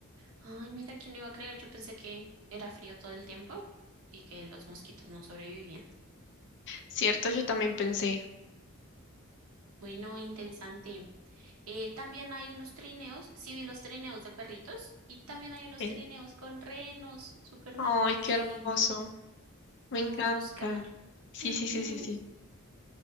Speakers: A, on the right; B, on the left.
A: Ay, mira, ¿quién lo iba a creer? Yo pensé que era frío todo el tiempo y que los mosquitos no sobrevivían.
B: ¿Cierto? Yo también pensé.
A: Bueno, interesante. Eh, también hay unos trineos, sí vi los trineos de perritos y también hay unos
B: Sí.
A: trineos con renos, súper navideño.
B: Ay, qué hermoso. Me
A: Podemos
B: encanta.
A: buscar.
B: Sí,
A: Ujú.
B: sí, sí, sí, sí.